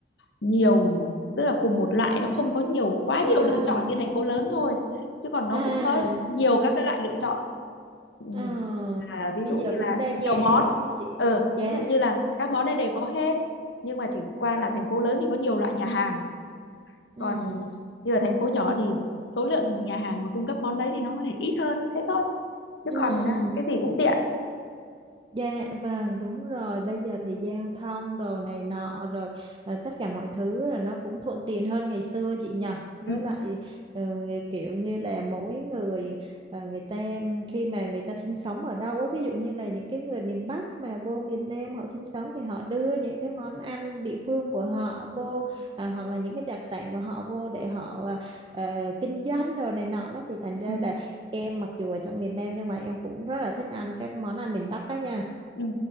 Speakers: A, on the left; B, on the right.
A: nhiều tức là cùng một loại nó không có nhiều quá
B: à
A: nhiều lựa chọn như thành phố lớn thôi chứ còn nó
B: à
A: cũng có nhiều các cái loại lựa chọn ừ.
B: à
A: là ví
B: bây
A: dụ
B: giờ
A: như là
B: cũng đa
A: nhiều
B: dạng
A: món
B: rồi đúng không chị
A: ừ,
B: dạ
A: ví dụ như là các món này đều có hết nhưng mà chỉ qua là thành phố lớn thì có nhiều loại nhà hàng còn
B: ừ
A: như ở thành phố nhỏ thì số lượng nhà hàng mà cung cấp món đấy thì nó có thể ít hơn thế thôi chứ
B: ừ
A: còn à, cái gì cũng tiện
B: Dạ vâng đúng rồi bây giờ thì giao thông đồ này nọ rồi ờ, tất cả mọi thứ là nó cũng thuận tiện hơn ngày xưa chị nhờ với
A: ừ.
B: lại ờ, kiểu như là mỗi người ờ, người ta khi mà người ta sinh sống ở đâu á ví dụ như là những cái người miền Bắc mà vô miền Nam họ sinh sống thì họ đưa những cái món ăn địa phương của họ vô
A: Ừ.
B: à, hoặc là những cái đặc sản của họ vô để họ ờ, ờ, kinh doanh đồ này nọ đó thì thành ra
A: Ừ.
B: là em mặc dù ở trong miền Nam nhưng mà em cũng rất là thích ăn các món ăn miền Bắc đó nha
A: Ừ.